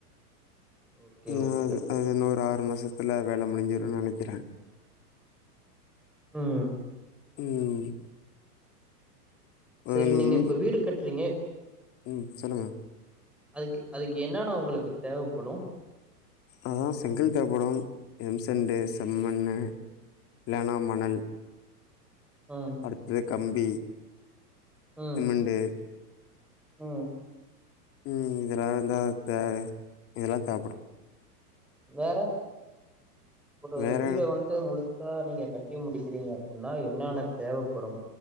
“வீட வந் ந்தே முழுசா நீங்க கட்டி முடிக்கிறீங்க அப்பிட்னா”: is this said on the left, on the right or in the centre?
Centre